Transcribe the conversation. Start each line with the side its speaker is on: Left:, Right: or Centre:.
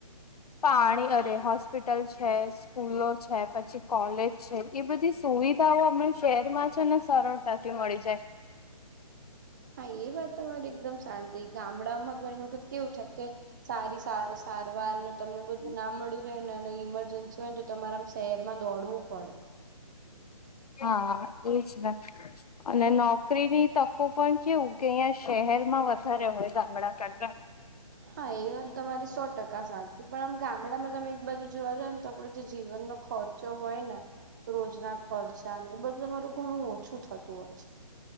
Left: પાણી અને હોસ્પિટલ છે. સ્કૂલો છે, પછી કોલેજ છે એ બધી સુવિધાઓ અમને શહેરમાં છે ને સરળ તકી મળી જાય
Right: હા એ વાત તો મારે એકદમ શાંતિ ગામડામાં ઘણી વખત કેવું છે કે સારી સારી સારવારને તમને બધું
Left: જાય
Right: ના મળી રહે ને અને ઈમરજન્સી હોય ને તો તમારે આમ શહેરમાં દોડવું પડે.
Left: હા એજ ને. અને નોકરીની તકો પણ કેવું કે અહિયાં શહેરમાં વધારે હોય ગામડા કરતાં.
Right: હા એ વાત તમારી સો ટકા સાચ પણ આમ ગામડામાં તમે એક બાજુ જોવા જાવ ને આપડો જે જીવનનો ખર્ચો હોય ને રોજના ખર્ચાને એ બધું તમારું ઘણું ઓછું થતું હોય છે.